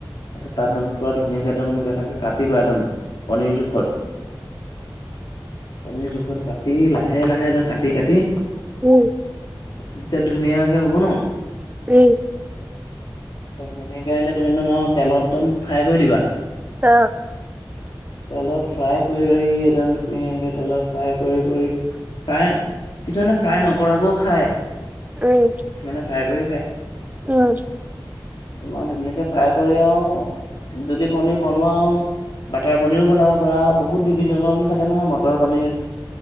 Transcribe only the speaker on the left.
তাৰপিছত তাতম পৰা ধুনীয়াকে একদম এক এনেকে কাটিবা একদম পণীৰ জোখত পনীৰ জোখত কাটি লাহে লাহে লৈ কাটি কাটি
এতিয়া ধুনীয়াকে হ'ব ন
ত বহীকৈ আহিলে তুমি তোমাৰ তেলত একদম ফ্ৰাই কৰি দিবা।
তেলত ফ্ৰাই কৰি ৰই একদম ধুনীয়াকে তেলত ফ্ৰাই কৰি কৰি ফ্ৰাই, কিছুমানে ফ্ৰাই নকৰাকৈও খায়।
কিছুমানে ফ্ৰাই কৰি খায়।
ইমান ধুনীয়াকে ফ্ৰাই কৰি আৰু যদি পনীৰ বনোৱাও বাটাৰ পনীৰো বনাব পাৰা, বহুত বিভিন্ন ধৰণৰ থাকে নহয় মটৰ পনীৰ